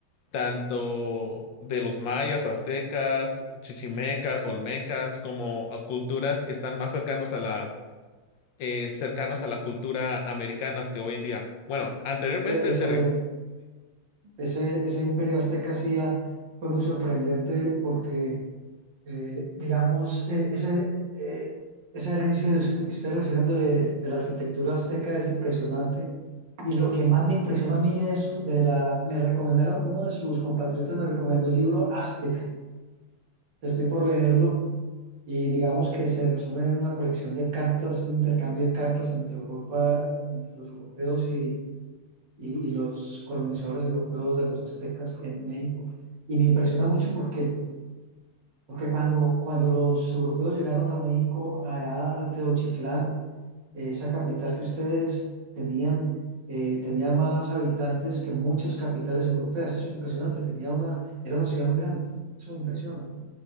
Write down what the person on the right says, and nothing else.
Ese,
ese,
ese, ese imperio azteca sí ah, fue muy sorprendente porque eh, digamos, eh, ese, eh, esa herencia de usted- que ustedes recibieron de, de la arquitectura azteca es impresionante. Y lo que más me impresiona a mí de eso, de la, me recomendaron, uno de sus compatriotas me recomendó el libro Aztec, estoy por leerlo, y digamos que se resume en una colección de cartas, un intercambio de cartas entre Europa, eh, entre los europeos y, y, y los colonizadores europeos de los aztecas en México. Y me impresiona mucho porque porque cuando, cuando los europeos llegaron a México, allá a Teochitlán, eh, esa capital que ustedes tenían, eh, tenía más habitantes que muchas capitales europeas. Eso es impresionante. Tenía una, era una ciudad muy grande. Eso me impresiona.